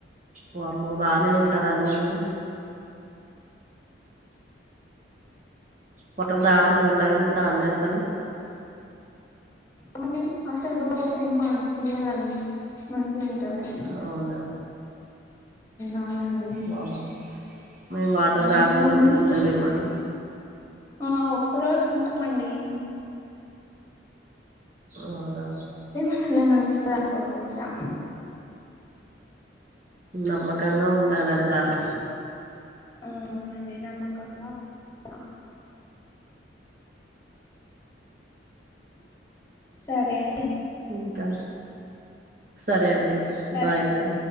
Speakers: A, on the right (about 45°); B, on the left (about 15°).
A: ఓ అమ్మో బాగానే ఉంటారు అన్నీ మీరు వాటర్ డ్యామ్ లో ఉండగలుగుతాండ అసలు
B: ఏమండి అసలు దు ఏముండ్ పియలండి మంచిగా ఉంటది
A: అవునా
B: అవునండి
A: వామ్మో మేము వాటర్ తాగకుండానే
B: అట్లా ఉండి
A: ఉండలేమండి
B: ఆ ఒక్క రోజు ఉంటామండి ఏ
A: అవునా
B: నల్ నంచిదాకోవాల్యా
A: నమ్మకంగా ఉండాలంటారు
B: ఆ అవునంది అమ్మకంగా ఇక సరే అండి
A: ఇంకా సరే అదేండి
B: సరే
A: బాయ్ అండి